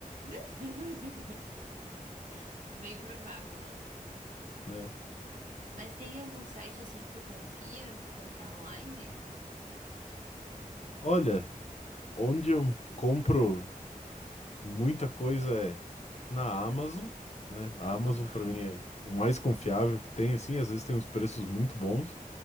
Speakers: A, on the right; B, on the left.
A: <laughs> Bem provável, né?
B: né?
A: Mas tem algum site assim que tu confia comprar online?
B: Olha, onde eu compro muita coisa é na Amazon, né? A Amazon
A: Aham.
B: para mim é o mais confiável que tem, assim, às vezes tem uns preços muito bons.